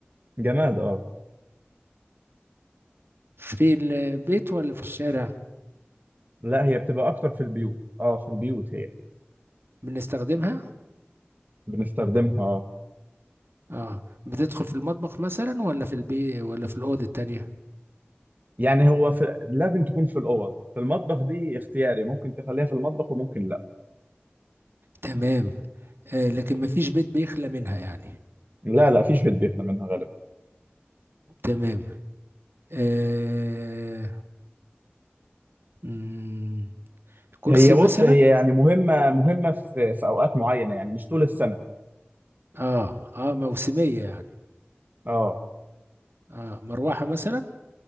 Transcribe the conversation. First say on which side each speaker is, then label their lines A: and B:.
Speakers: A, on the right; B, on the right.
A: جماد اه
B: في البيت ولا في الشارع
A: لا هي بتبقى اكتر في البيوت اه في البيوت هي
B: بنستخدمها
A: بنستخدمها اه
B: آه بتدخل في المطبخ مثلا ولا في البيت ولا في الأوضة التانية
A: يعني هو في... لازم تكون في الاوض في المطبخ دي اختياري ممكن تخليها في المطبخ وممكن لا
B: تمام آه لكن مفيش بيت بيخلى منها يعني
A: لا لا فيش بيت بيخلى منها غالبا
B: تمام آه مم، كرسي
A: هي بص
B: مثلا
A: هي يعني مهمه مهمه في في اوقات معينه يعني مش طول السنه
B: اه اه موسمية يعني
A: اه
B: اه مروحة مثلا